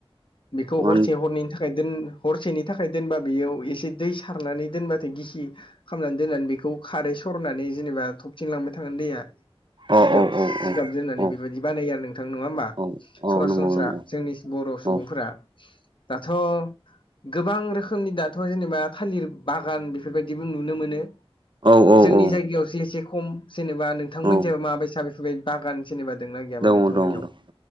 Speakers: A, on the left; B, on the right.
A: बेखौ
B: औ
A: हरसे हरनैनि थाखाय दोन हरसेनि थाखाय दोनबा बेयाव एसे दै सारनानै दोनबाथाय गिसि खामनानै दोननानै बेखौ खारै सरनानै जेनेबा थबथिंलांबाय थागोन दैया। जिगाब
B: औ औ
A: जिगाब दोननानै
B: औ
A: बेबायदि बानायो आरो नोंथां नङा होमबा?
B: औ औ
A: सरासनस्रा
B: नंगौ नंगौ
A: जोंनि बर' सुबुंफोरा
B: औ
A: दाथ' गोबां रोखोमनि दाथ' जेनेबा थालिर बागान बेफोरबायदिबो नुनो मोनो।
B: औ औ
A: जोंनि
B: औ
A: जायगायावसो एसे खम जेनेबा नोंथांमोननि
B: औ
A: जागायाव मा बायसा बेफोरबादि बागान जेनेबा दोंना गैयाबा
B: दङ
A: नोंथांमोननियाव
B: दं दं